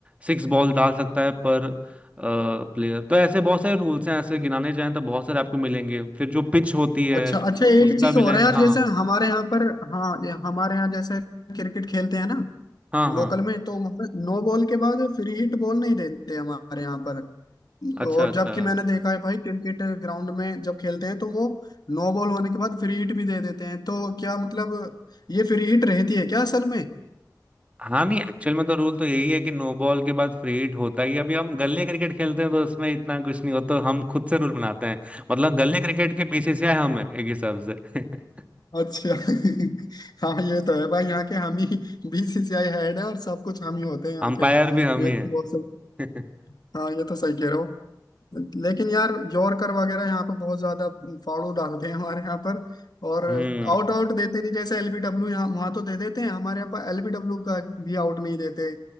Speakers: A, on the right; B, on the left.
A: सिक्स बॉल डाल सकता है पर प्लेयर तो ऐसे बहुत सारे रूल्स हैं ऐसे गिनाने जाएं तो बहुत सारे आपको मिलेंगे फिर जो पिच होती है
B: अच्छा अच्छा एक
A: उसका
B: चीज
A: भी
B: और
A: लेंथ
B: है यार
A: हाँ
B: जैसे हमारे यहाँ पर हाँ ये हमारे यहाँ जैसे क्रिकेट खेलते हैं ना
A: हाँ हाँ
B: लोकल में तो वहाँ नो बॉल के बाद फ्री हिट बॉल नहीं देते हमारे यहाँ पर
A: अच्छा
B: और
A: अच्छा
B: जबकि मैंने देखा है भाई क्रिकेट ग्राउंड में जब खेलते हैं तो वो नो बॉल होने के बाद फ्री हिट भी दे देते हैं तो क्या मतलब ये फ्री हिट रहती है क्या असल में
A: हाँ नहीं एक्चुअल में तो रूल तो यही है कि नो बॉल के बाद फ्री हिट होता ही है। अभी हम गल्ले क्रिकेट खेलते हैं तो उसमें इतना कुछ नहीं होता हम खुद से रूल बनाते हैं मतलब गल्ले क्रिकेट के बीसीसीआई हम है एक हिसाब से <laughs>
B: अच्छा <laughs> हाँ ये तो है भाई यहाँ के हम ही बीसीसीआई हेड है और सब कुछ हम ही होते हैं यहाँ
A: अंपायर
B: के
A: भी हम
B: ये
A: ही
B: तो
A: है
B: बहुत सही-
A: <laughs>
B: हाँ ये तो सही कह रहे हो लेकिन यार यॉर्कर वगैरह यहाँ पर बहुत ज्यादा फाड़ू डालते हैं हमारे यहाँ पर और
A: हम्म
B: आउट आउट देते नहीं जैसे एलबीडब्ल्यू यहाँ वहां तो दे देते हैं हमारे यहाँ पर एलबीडब्ल्यू का भी आउट नहीं देते